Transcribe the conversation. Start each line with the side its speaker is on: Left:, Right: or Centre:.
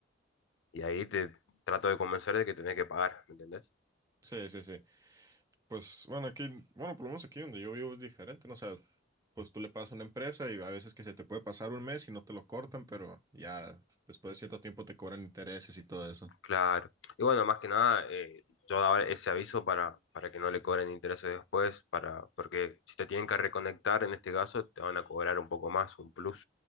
Left: y ahí te trato de convencer de que tenés que pagar, ¿me entendés?
Right: sí, sí, sí. Pues bueno, aquí, bueno, por lo menos aquí donde yo vivo es diferente, ¿no? O sea, pues tú le pagas a una empresa y a veces que se te puede pasar un mes y no te lo cortan, pero ya después de cierto tiempo te cobran intereses y todo eso.
Left: Claro. Y bueno, más que nada, eh, yo daba ese aviso para, para que no le cobren intereses después, para, porque si te tienen que reconectar en este caso, te van a cobrar un poco más, un plus.